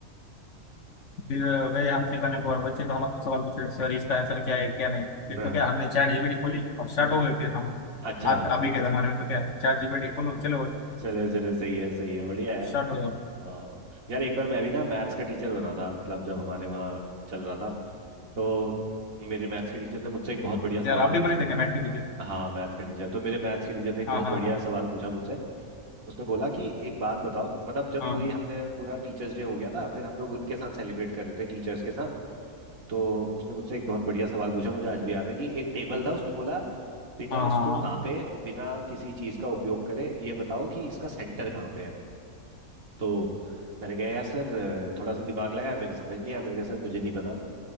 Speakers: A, on the left (about 60°); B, on the right (about 65°).
A: फिर अ, गए हम सिखाने को और बच्चे तो हमारे को सवाल पूछे सर इसका आंसर क्या है क्या नहीं फिर
B: हाँ
A: तो क्या हमने चैट जीपीटी खोली और स्टार्ट
B: हाँ।
A: हो गए फिर हम
B: अच्छा
A: आज अभी के जमाने में तो क्या चैट जीपीटी खोलो चलो
B: चलो चलो सही है सही है बढ़िया यार
A: स्टार्ट हो जाओ
B: आ, यार एक बार मैं भी ना मैथ्स का टीचर बना था मतलब जब हमारे वहाँ चल रहा था तो मेरे मैथ्स के टीचर ने मुझसे एक बहुत बढ़िया सवाल
A: यार आप
B: पूछे
A: भी बने थे क्या मैट के टीचर
B: हाँ मैथ्स का टीचर तो मेरे मैथ्स के टीचर ने एक
A: हाँ
B: बहुत
A: हाँ
B: बढ़िया
A: हाँ
B: सवाल पूछा मुझसे उसने बोला कि एक बात बताओ मतलब जब
A: हाँ
B: पूरी हमने पूरा टीचर्स डे हो गया था फिर हम लोग उनके साथ सेलिब्रेट कर रहे थे टीचर्स के साथ तो उसने मुझसे एक बहुत बढ़िया सवाल पूछा मुझे आज भी याद है कि एक टेबल था उसने बोला बिना
A: हाँ
B: इसको
A: हाँ हाँ
B: नापे बिना किसी चीज का उपयोग करे ये बताओ कि इसका सेंटर कहाँ पे है तो मैंने कहा यार सर अ, थोड़ा सा दिमाग लगाया मेरे समझ नहीं आया मैंने कहा सर मुझे नहीं पता